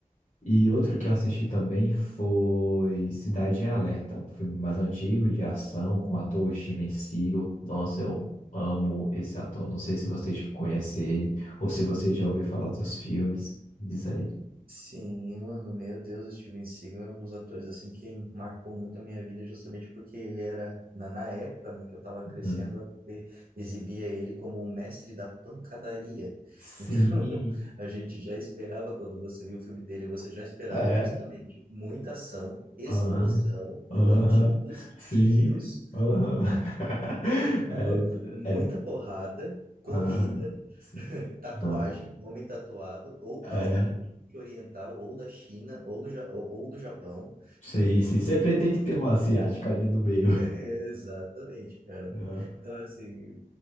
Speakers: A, on the left; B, on the right.
A: E outro que eu assisti também foi Cidade em Alerta, um filme mais antigo de ação com o ator Steven Seagal. Nossa, eu amo esse ator. Não sei se você já conhece ele ou se você já ouviu falar dos filmes. Diz aí.
B: Sim, mano, meu Deus, o Steven Seagal é um dos atores assim que marcou muito a minha vida justamente porque ele era, na, na época, né, que eu tava crescendo,
A: Hum.
B: a TV exibia ele como o mestre da pancadaria.
A: Sim.
B: Então, <laughs> a gente já esperava, quando você viu o filme dele, você já esperava
A: É,
B: justamente muita ação, explosão,
A: Aham, aham,
B: bandidos,
A: sim,
B: tiros,
A: aham. <laughs> É,
B: Mu- Muita
A: é,
B: porrada, corrida,
A: aham, sim,
B: tatuagem,
A: não,
B: homem tatuado, ou
A: é,
B: alguém de oriental, ou da China, ou do, Ja- ou ou do Japão.
A: sim, sim, sempre tem que ter um asiático ali no meio.
B: <laughs> É, Exatamente, cara.
A: <laughs> Não.
B: Então, assim,